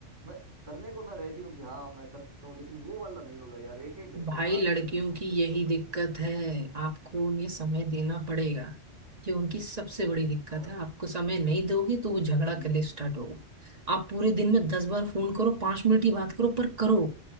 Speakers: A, on the right; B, on the right.
A: मैं करने को मैं रेडी हूँ कि हाँ मैं कर सकता हूँ लेकिन वो वाला नहीं होगा यार एक एक घंटे
B: भाई
A: बात
B: लड़कियों
A: डेली मुझसे
B: की
A: नहीं
B: यही
A: हो
B: दिक्कत
A: पाई
B: है आपको उन्हें समय देना पड़ेगा ये उनकी सबसे बड़ी दिक्कत
A: आ,
B: है आपको समय नहीं दोगे तो वो झगड़ा
A: न-
B: करने स्टार्ट होगा आप पूरे दिन में दस बार फोन करो पांच मिनट ही बात करो पर करो